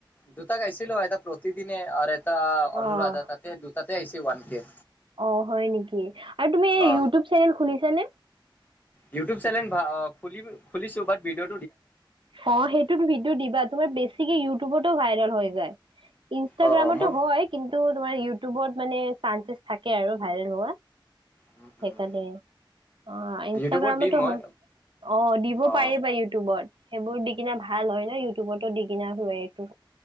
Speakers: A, on the left; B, on the right.
A: দুতা গাইছিলো আইতা প্ৰতিদিনে আৰু অনুৰাধা
B: অ'
A: তাতে দুটাতে আহিছে ওৱান কে
B: অ হয় নেকি আৰু তুমি এই
A: অ
B: ইউটিউব চেনেল খুলিছানে
A: ইউটিউব চেনেল খুলিছোঁ বত ভিডিঅ
B: অ সেইটোত ভিডিঅ' দিবা তোমাৰ বেছিকে ইউটিউবতো ভাইৰেল হৈ যায় ইনষ্টাগ্ৰামতো
A: অ অ মই
B: হয় কিন্তু তোমাৰ ইউটিউবত মানে চানসেছ থাকে আৰু ভাইৰেল হোৱা
A: উম
B: সেইকাৰণে
A: উম
B: অ ইনষ্টাগ্ৰামতো
A: ইউটিউবত দিম মই
B: হয় অ দিব
A: অ
B: পাৰিবা ইউটিউবত সেইবোৰ দি কিনা ভাল হয় ন ইউটিউবতো দি কিনা হয় এইটো